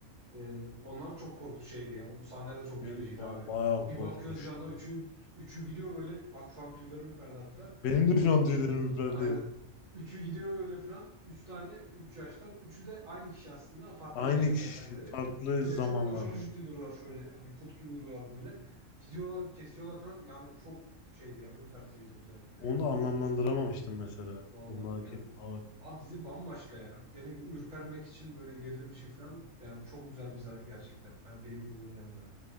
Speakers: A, on the right; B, on the left.
A: Ee, onlar çok korktu şeydi ya. O sahneler de çok
B: Benim
A: gericiydi
B: ben
A: abi.
B: bayağı korkmuştum.
A: Bir bakıyoruz bir anda üçü üçü gidiyor böyle. Bak şu an tüylerim ürperdi hatta.
B: Benim
A: Böyle
B: de şu
A: üçü
B: an tüylerim ürperdi.
A: aynen. Üçü gidiyor böyle falan. Üç tane üç yaştan. Üçü de aynı kişi aslında. Farklı
B: Aynı
A: yaşlarda
B: kişi
A: kalleri.
B: farklı
A: Bir
B: zamanlarda.
A: de çok aşırı ciddi duruyorlar şöyle. Hani put gibi duruyorlar böyle. Gidiyorlar kesiyorlar falan. Yani çok şeydi ya. Ürperticiydi özellikle
B: Onu
A: ya.
B: da anlamlandıramamıştım
A: O şişete.
B: mesela.
A: Vallahi
B: Bunlar
A: yani
B: kim? Aa,
A: Abi dizi bambaşka ya. Dediğim gibi ürpermek için böyle gerilim için falan yani çok güzel bir za- gerçekten. Hani bilim kurgunun yanında.